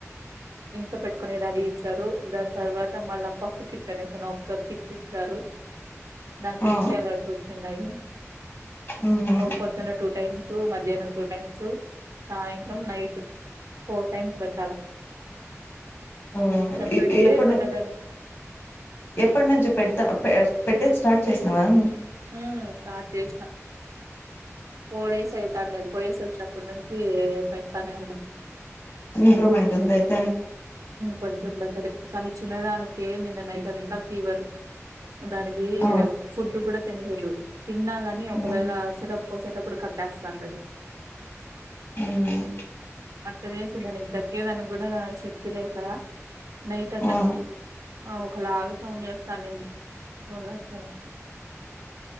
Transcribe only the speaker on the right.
డంక్ లో పెట్టుకునేది అడీ ఇచ్చారు దాని తర్వాత మళ్ళా పఫ్ కిట్ అనే తను ఒక కిట్ ఇచ్చారు దాంట్లో
ఇం చేయలాల్సి వచ్చిన్నాయి
పొద్దున్న టూ టైమ్స్ మధ్యాహ్నం టూ టైమ్స్ సాయంత్రం నైట్ ఫోర్ టైమ్స్ పెట్టాలా
అంత పెడితే
పెద్దదన
హ సార్ చేసిన ఫోర్ డేస్ ఐతంది పోయేసి వచ్చ అప్పడు నుంచి పెడతానే ఉండం
కొంచెం బెటర్ కానీ తినదానికే నిన్న నైట్ అంతా ఫీవర్ దానికి
ఫుడ్ కూడా తినలేదు తిన్నా కాని ఒకవేళసటప్సేటప్పుడు
కట్టేస్తాం అది
అట్ట చేసి దానికి దక్కేదానికి కూడా చె వ లేక నైట్ అంత
ఒకలాగా సౌండ్ చేస్తానండి సోన్ ను